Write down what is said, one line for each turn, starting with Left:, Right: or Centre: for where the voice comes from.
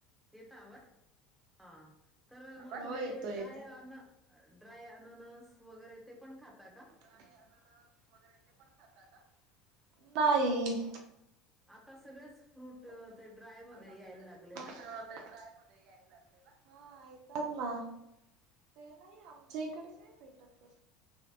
Centre: येत आवाज हा तर मग
Right: हो
Centre: तुम्ही
Right: येतोय
Centre: ते
Right: येतोय
Centre: डाय अन ड्राय अननस वगैरे ते पण खाता का
Right: ड्राय अननस वैगेरे ते पण खाता का बाई
Centre: आता सगळेच फ्रूट अ,
Right: आता
Centre: ते ड्रायमध्ये यायला
Right: सगळेच
Centre: लागले
Right: फ्रूट
Centre: ना?
Right: ते ड्राय मध्ये यायला लागले हा येतात ना ते नाही आमच्या इकडे नय भेटत त